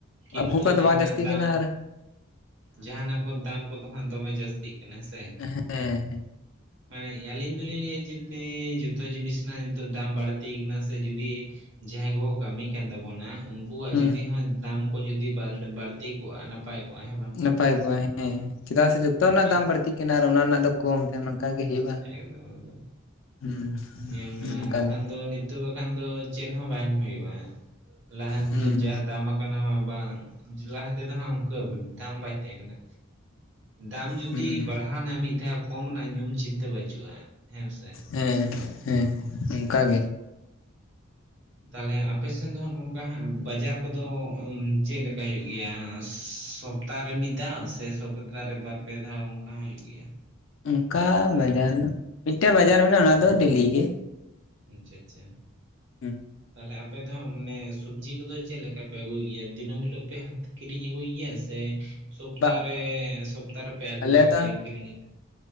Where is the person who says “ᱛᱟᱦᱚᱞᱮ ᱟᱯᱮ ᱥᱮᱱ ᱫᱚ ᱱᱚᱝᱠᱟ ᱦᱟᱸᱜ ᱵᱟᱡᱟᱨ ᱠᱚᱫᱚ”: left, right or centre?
Right